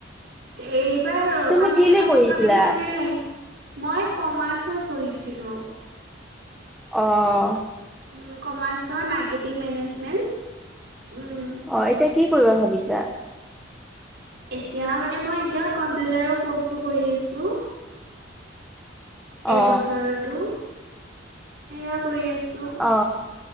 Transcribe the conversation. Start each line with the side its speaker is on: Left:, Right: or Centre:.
Right: এইবাৰ
Centre: তুমি
Right: কামাখ্যা
Centre: কি লৈ পঢ়িছিলা?
Right: কামাখ্যা মন্দিৰত আহিছে মই কমাৰ্চত পঢ়িছিলোঁ।
Centre: অঁ।
Right: উ কমাৰ্চৰ মাৰ্কেটিং মেনেজমেন্ট উম।
Centre: অঁ এতিয়া কি কৰিব ভাবিছা?
Right: এতিয়া মানে মই এতিয়া কম্পিউটাৰৰ ক'ৰ্চটো কৰি আছো। এবছৰতো
Centre: অ
Right: সেয়া কৰি আছো।
Centre: অ